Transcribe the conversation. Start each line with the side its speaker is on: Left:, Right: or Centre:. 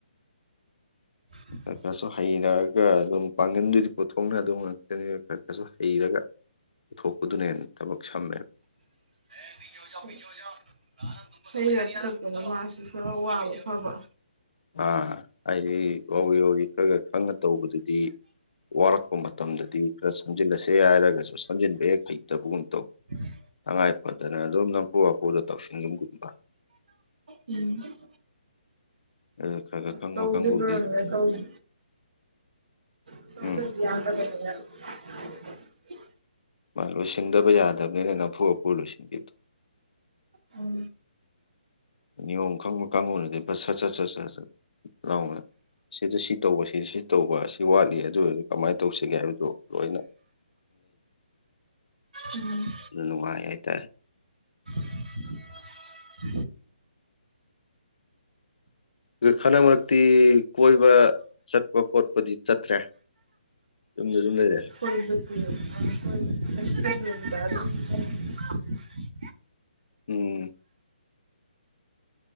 Right: ꯎ <unintelligible>
Left: ꯈꯔ ꯍꯩꯔꯛꯑꯒ ꯑꯗꯨꯝ ꯄꯥꯡꯒꯟꯗꯨꯗꯤ ꯄꯨꯊꯣꯛꯅꯗꯧ ꯑꯗꯨꯝ ꯉꯥꯛꯇꯅꯤ ꯈꯔ ꯀꯩꯁꯨ ꯍꯩꯔꯒ ꯄꯨꯊꯣꯛꯄꯗꯨꯅ ꯍꯦꯟꯅꯥ ꯊꯕꯛ ꯁꯝꯃꯦ
Right: <inaudible> ꯍꯩꯔꯛꯗꯤ ꯇꯧꯔꯛꯑꯗꯤ ꯃꯥꯁꯨ ꯈꯔ ꯋꯥꯕ ꯐꯕ
Left: ꯑꯥ ꯑꯩ ꯋꯥꯎꯔꯤ ꯋꯥꯎꯔꯤ ꯈꯔ ꯈꯔ ꯈꯪꯉꯥ ꯇꯧꯕꯗꯨꯗꯤ ꯋꯥꯔꯛꯄ ꯃꯇꯝꯗꯗꯤ ꯈꯔ ꯁꯝꯖꯤꯜꯂꯁꯦ ꯍꯥꯏꯔꯒꯁꯨ ꯁꯝꯖꯤꯟꯕ ꯍꯦꯛ ꯍꯩꯇꯕꯒꯨꯝ ꯇꯧ
Right: <inaudible>
Left: ꯇꯉꯥꯏ ꯐꯗꯅ ꯑꯗꯨꯝ ꯅꯝꯐꯨ ꯍꯥꯐꯨꯗ ꯇꯧꯁꯤꯟꯒꯨꯝꯕ
Right: ꯎꯝ
Left: <inaudible>
Right: ꯇꯧꯗꯔ꯭ꯤꯕꯅꯦ
Left: ꯀꯥꯡꯕꯨꯗꯤ ꯑꯗꯨꯝ
Right: ꯇꯧꯗꯔꯤ <inaudible>
Left: ꯎꯝ ꯃꯥ ꯂꯣꯏꯁꯤꯟꯗꯕ ꯌꯥꯗꯕꯅꯤꯅ ꯅꯝꯐꯨ ꯍꯥꯐꯨ ꯂꯣꯏꯁꯤꯟꯈꯤꯕꯗꯣ
Right: ꯎꯝ
Left: ꯅꯤꯌꯣꯝ ꯈꯪꯕ ꯀꯥꯡꯕꯨꯅꯗꯤꯕ ꯁꯠ ꯁꯠ ꯁꯠ ꯁꯠ ꯁꯠ ꯁꯠ ꯂꯥꯎꯅ ꯁꯤꯗ ꯁꯤ ꯇꯧꯕ ꯁꯤ ꯁꯤ ꯇꯧꯕ ꯑꯁꯤ ꯋꯥꯠꯂꯤ ꯑꯗꯨ ꯑꯣꯏꯔꯗꯤ ꯀꯃꯥꯏꯅ ꯇꯧꯁꯤꯒꯦ ꯍꯥꯏꯕꯗꯨ ꯂꯣꯏꯅ
Right: ꯎꯝ
Left: ꯅꯨꯡꯉꯥꯏ ꯍꯥꯏꯇꯥꯔꯦ
Right: <inaudible>
Left: ꯈꯟꯗꯥꯛ ꯃꯔꯛꯇꯤ ꯀꯣꯏꯕ ꯆꯠꯄ ꯈꯣꯠꯄꯗꯤ ꯆꯠꯇ꯭ꯔꯦ ꯌꯨꯝꯗ ꯁꯨꯝ ꯂꯩꯔꯦ
Right: <inaudible>
Left: ꯎꯝ